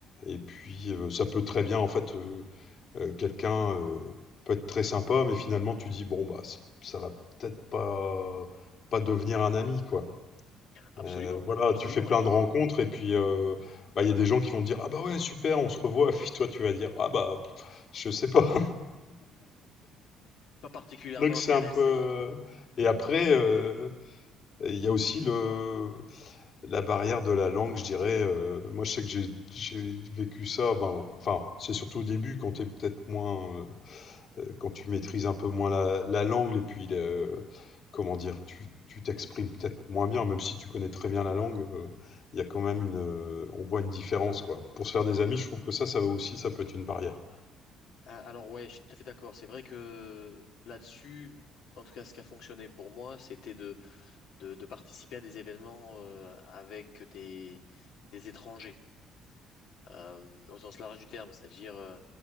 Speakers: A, on the left (about 50°); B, on the left (about 75°).
A: et puis euh, ça peut très bien, en fait, euh, euh, quelqu'un euh, peut être très sympa, mais finalement tu dis bon bah c- ça va peut-être pas pas devenir un ami, quoi.
B: Absolument,
A: Euh, voilà,
B: absolument.
A: tu fais plein
B: Et puis,
A: de rencontres et puis euh, bah, il y a des gens qui vont te dire ah bah ouais super, on se revoit. <laughs> Puis toi tu vas dire ah bah pff, je sais pas.
B: non, pas particulièrement
A: Donc c'est
B: intéressé.
A: un peu. Et après, euh, il y a aussi le, la barrière de la langue, je dirais. Euh, moi, je sais que j'ai j'ai vécu ça. ben, enfin, c'est surtout au début, quand t'es peut-être moins, euh, euh, quand tu maîtrises un peu moins la, la langue, et puis, euh, comment dire, tu tu t'exprimes peut-être moins bien, même si tu connais très bien la langue. euh, Il y a quand même une, euh, on voit une différence, quoi. Pour se faire des amis, je trouve que ça, ça va aussi, ça peut être une barrière.
B: Ah, Alors, ouais, je suis tout à fait d'accord. C'est vrai que là-dessus, en tout cas, ce qui a fonctionné pour moi, c'était de, de, de participer à des événements euh, avec des, des étrangers, euh, au sens large du terme. C'est-à-dire, euh,